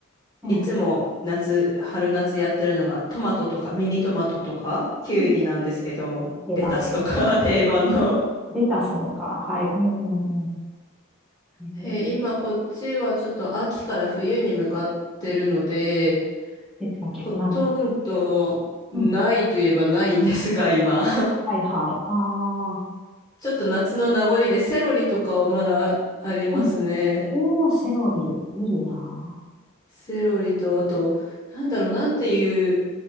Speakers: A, in the centre; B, on the left.
A: うん。
B: いつも夏、春夏やってるのがトマトとかミニトマトとかキュウリなんですけど、
A: うん手だて。
B: レタスとか <laughs> 定番の。
A: レタスもか。はい。うんうんうん。えー
B: えー今こっちはちょっと秋から冬に向かってるので、
A: 季節が逆なんだ。
B: ほとんどないといえばないんですが、
A: うん
B: 今。
A: はいはい。ああ。
B: ちょっと夏の名残でセロリとかはまだありますね。
A: うんおー、セロリ。いいな
B: セロリと、あと、なんだろう、なんていう、